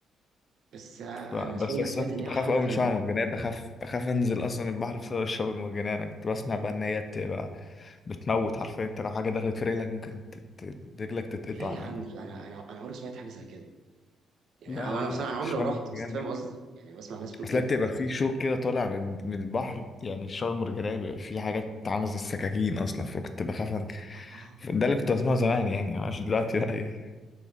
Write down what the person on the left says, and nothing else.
ف- بس
بس
انا كنت
بخاف
قوي من
الشعاب المرجانيه بخاف بخاف انزل اصلا البحر بسبب الشعاب المرجانيه انا كنت بسمع بقى ان هي بتبقى بتموت حرفيا انت لو حاجه دخلت في رجلك ممكن ت- ت- رجلك تتقطع
يعني
لا لا
لا
الشعاب
المرجانيه
هناك-
اصل
هي بتبقى في شوك كده طالع من من البحر يعني الشعاب المرجانيه بيبقى في حاجات عامله زي السكاكين اصلا فكنت بخاف عن-
ده اللي كنت بسمعه زمان يعني عشان دلوقتي بقى ايه